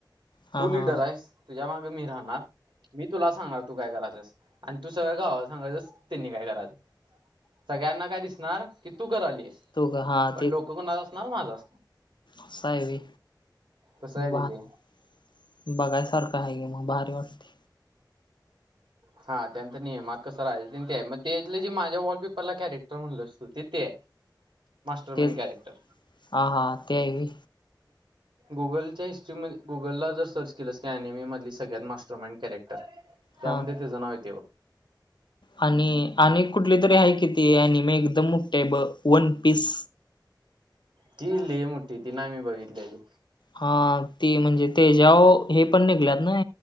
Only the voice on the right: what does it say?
तू लिडर
आहेस तुझ्या मागे मी राहणार मी तुला सांगणार तू काय करायचंस. आणि तू सगळं गावाला सांगायचस त्यांनी काय करायच. सगळ्यांना काय दिसणार कि तू करालीस
पण डोकं कुणाच असणार माझं असणार.
तसं
आहे तिथे
हा त्यानं त ने मग. कसं राहिल ते आहे मग तेथ जे माझ्या वॉलपेपरला कॅरेक्टर म्हणलंस तू ते आहे. मास्टर माईंड
कॅरेक्टर.
गुगलच्या हिस्ट्री मधे गुगलला जर सर्च केलंस की एनिमी सगळ्यात मास्टरमाइंड कॅरेक्टर. त्यामध्ये
त्याच नाव येतंय बघ.
ती लय मोठी ती नाही मी बघितलेली.